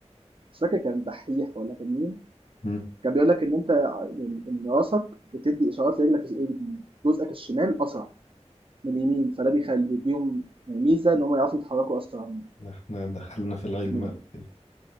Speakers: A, on the right; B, on the left.
A: مش فاكر كان دحيح ولا كان مين
B: م.
A: كان بيقول لك ان انت ع- يعني ان راسك بتدي اشارات لرجلك اليمين. جزءك الشمال اسرع من اليمين فده بيخلي بيديهم يعني ميزه ان هم يعرفوا يتحركوا اسرع
B: احنا دخلنا في العلم
A: من
B: قوي كده